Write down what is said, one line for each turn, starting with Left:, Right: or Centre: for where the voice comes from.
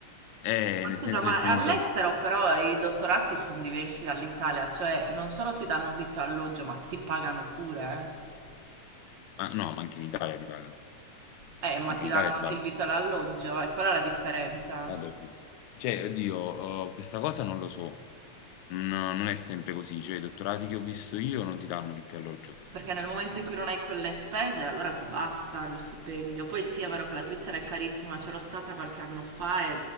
Left: Eh,
Right: Ma
Left: nel
Right: scusa,
Left: senso
Right: ma
Left: che comunque,
Right: all'estero però i dottorati sono diversi dall'Italia, cioè non solo ti danno vitto e alloggio, ma ti pagano pure, eh?
Left: ma no, ma anche in Italia ti pagano,
Right: Eh, ma
Left: anche
Right: ti
Left: in
Right: danno
Left: Italia ti
Right: anche
Left: pagano.
Right: il vitto e l'alloggio, e quella è la differenza.
Left: Eh beh, sì. Cioè, oddio, eh, questa cosa non lo so. Non, non è sempre così. Cioè, i dottorati che ho visto io non ti danno vitto e alloggio.
Right: Perché nel momento in cui non hai quelle spese, allora ti basta lo stipendio. Poi sì, è vero che la Svizzera è carissima, c'ero stata qualche anno fa e